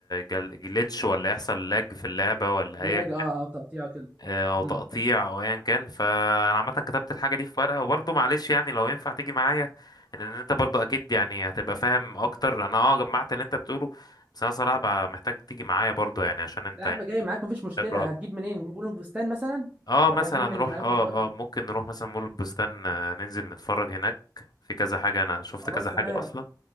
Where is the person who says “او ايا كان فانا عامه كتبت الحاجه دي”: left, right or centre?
Left